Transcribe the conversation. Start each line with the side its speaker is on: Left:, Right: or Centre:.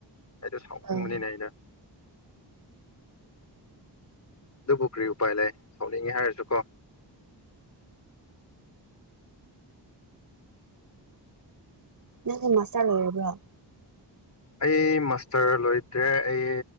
Left: ꯑꯩꯗꯣ ꯁꯥꯎꯅꯤꯡꯕꯅꯤꯅꯦ
Right: ꯑꯥ
Left: ꯑꯩꯅ ꯑꯗꯨꯕꯨ ꯀꯔꯤ ꯎꯄꯥꯏ ꯂꯩ ꯁꯥꯎꯅꯤꯡꯉꯦ ꯍꯥꯏꯔꯁꯨꯀꯣ
Right: ꯅꯪꯗꯤ ꯃꯥꯁꯇ꯭ꯔ ꯂꯣꯏꯔꯕ꯭ꯔꯣ
Left: ꯑꯩ ꯃꯥꯁꯇꯔ ꯂꯣꯏꯗꯦ ꯑꯩ